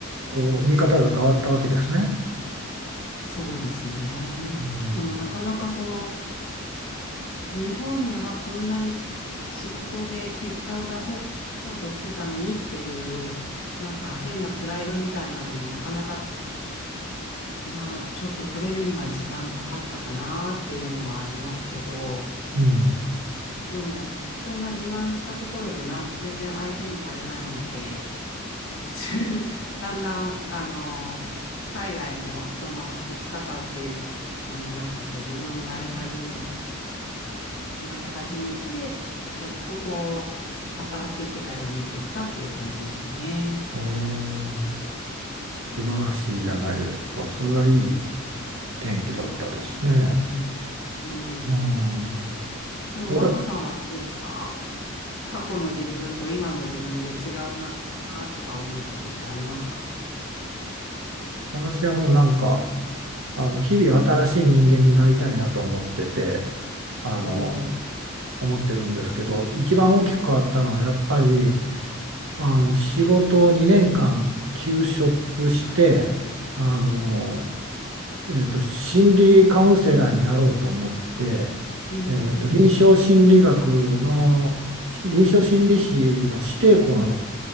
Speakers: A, on the right; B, on the left.
A: こう、見方が変わったわけですね。
B: そうですね。
A: うん。
B: でもなかなかその日本ではこんなに仕事で結果を出そうとしてたのにっていうなんか変なプライドみたいなのもなかなかまあちょっと取れるには時間かかったかなっていうのはありますけど
A: うん。
B: でもそんな自慢したところでな全然相手にされないので <laughs> だんだんあの海外の人の生き方っていうこのになんかこう自分も慣れ始め慣れ始めて、やっとこう、新しい世界が見えてきたっていう感じですかね。
A: ああ。素晴らしいじゃないですか。それはいい天気だったですね。
B: うん。うん。う
A: うん。
B: んでも、
A: わた
B: マサさんはどうですか過去の自分と今の自分で違うなとか思うことってありますか
A: 私はもうなんか、あの、日々新しい人間になりたいなと思ってて、あの、
B: おー
A: 思ってるんですけど、一番大きく変わったのはやっぱり、あの、仕事を2年間休職して、あの、えーと、心理カウンセラーになろうと思って、
B: うん、
A: えーと、
B: うん、
A: 臨床心理学の臨床心理士の指定校の